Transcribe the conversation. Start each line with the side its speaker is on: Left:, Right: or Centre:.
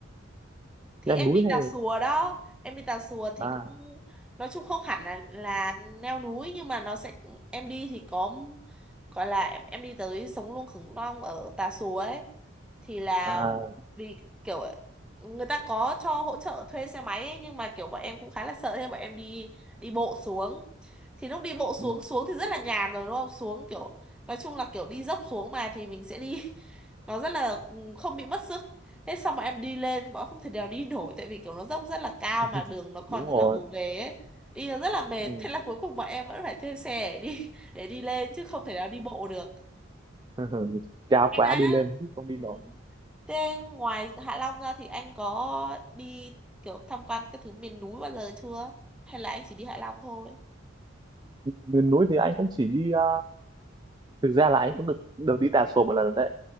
Centre: thì
Right: leo
Centre: em
Right: núi
Centre: đi
Right: này
Centre: Tà Xùa đó em đi Tà Xùa thì
Right: à
Centre: cũng nói chung không hẳn là là leo núi nhưng mà nó sẽ em đi thì có gọi là em, em đi tới sống lưng khủng long ở Tà Xùa ấy thì là
Right: à
Centre: vì kiểu người ta có cho hỗ trợ thuê xe máy ấy, nhưng mà kiểu bọn em cũng khá là sợ thế bọn em đi đi bộ xuống thì lúc đi bộ xuống
Right: ừ.
Centre: xuống thì rất là nhàn rồi đúng không xuống kiểu nói chung là kiểu đi dốc xuống mà thì mình sẽ đi <laughs> nó rất là ừ, không bị mất sức thế xong bọn em đi lên thì bọn em không thể nào đi nổi tại vì kiểu nó dốc rất là cao
Right: <laughs>
Centre: mà đường nó còn
Right: đúng
Centre: rất
Right: rồi
Centre: là gồ ghề ấy đi nó rất là mệt
Right: ừ.
Centre: thế là cuối cùng bọn em vẫn phải thuê xe để đi <laughs> để đi lên chứ không thể nào đi bộ được
Right: <laughs> cao
Centre: anh
Right: quá
Centre: đã
Right: đi lên không đi
Centre: ừ.
Right: nổi
Centre: Thế ngoài Hạ Long ra thì anh có đi kiểu tham quan các thứ miền núi bao giờ chưa? Hay là anh chỉ đi Hạ Long thôi?
Right: miền núi thì anh cũng chỉ đi ờ, thực ra là anh cũng được được đi Tà Xùa một lần rồi đấy